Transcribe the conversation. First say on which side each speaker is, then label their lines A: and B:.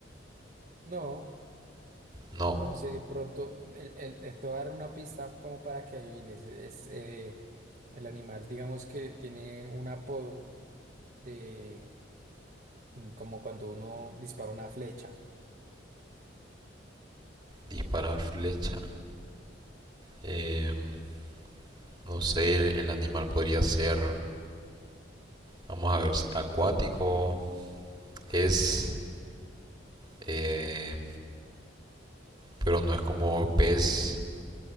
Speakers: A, on the right; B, on the right.
A: No,
B: No,
A: no sé, de pronto, el, el- el- te voy a dar una pista como para que adivines. Es, eh, el animal, digamos que tiene un apodo de, mm, como cuando uno dispara una flecha.
B: disparar flecha. Em, no sé, el animal podría ser, vamos a ver, si- acuático. Es, eh, pero no es como pez